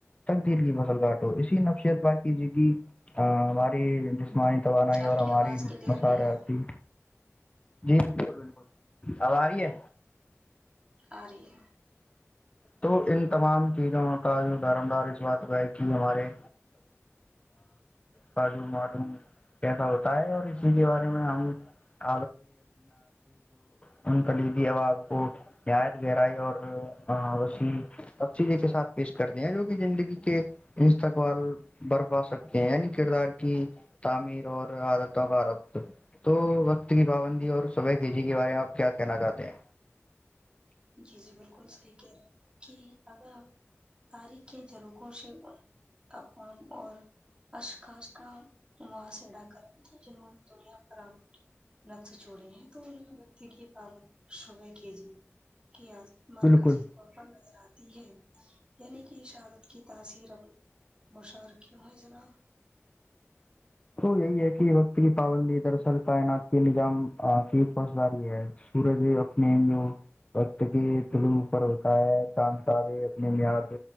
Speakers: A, on the left (about 25°); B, on the right (about 20°).
A: تقدیر کی فصل کاٹو اسی نفسیت پاکیزگی کی ہماری جسمانی توانائی اور
B: آپ
A: ہماری
B: کی آواز کلیئر
A: مساراتی
B: نہیں آ رہی
A: جی بالکل بالکل اب آ رہی ہے
B: آ رہی ہے
A: تو ان تمام چیزوں کا جو دار مدار اس بات پہ ہے کہ ہمارے کا جو معلوم کیسا ہوتا ہے اور اسی کے بارے میں ہم <inaudible> ان کلیدی احباب کو نہایت گہرائی اور وسیع اب چیزیں کے ساتھ پیش کرنے ہیں جو کہ زندگی کے استقبال برپا سکتے ہیں یعنی کردار کی تعمیر اور حالتوں کا عرب تو وقت کی پابندی اور صبح کے جی کے بارے میں آپ کیا کہنا چاہتے ہیں
B: جی جی بالکل صحیح کہہ رہے ہیں آپ کہ اگر ہم قاریخ کے جروکوں سے اقوام اور اشخاص کا محاصرہ کریں گے وہ اس دنیا پر نقش چوڑے ہیں تو انہیں ویکتی کی پابندی صبح کے جی کی عادت مرکزی
A: بالکل
B: طور پر نظر آتی ہے یعنی کہ اشہادت کی تاثیر اب مشعور کیوں ہے جناب
A: تو یہی ہے کہ وقت کی پابندی دراصل کائنات کے نظام کی پاسداری ہے سورج اپنے جو وقت کے تلو پر ہوتا ہے چاند تارے اپنے میاد